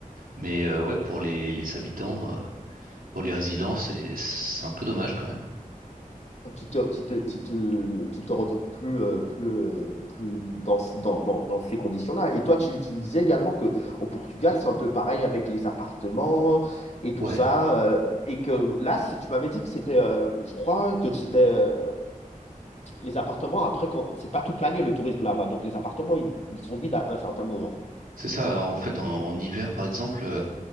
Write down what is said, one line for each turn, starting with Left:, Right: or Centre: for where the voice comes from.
Right: Mais euh, ouais, pour les, les habitants, euh, pour les résidents, c'est c'est un peu dommage quand même.
Left: tu te, tu te, tu te, tu te retrouves plus, euh, plus, euh, plus dans, dans, dans, dans ces conditions-là. Et toi, tu, tu me disais également que au Portugal, c'est un peu pareil avec les appartements et tout
Right: Ouais.
Left: ça. euh, et que là, si tu m'avais dit que c'était, euh, je crois que c'était euh, les appartements, après, quand, c'est pas toute l'année le tourisme là-bas. Donc les appartements, ils, ils sont vides à un certain moment.
Right: C'est ça, en fait, en, en hiver, par exemple, euh,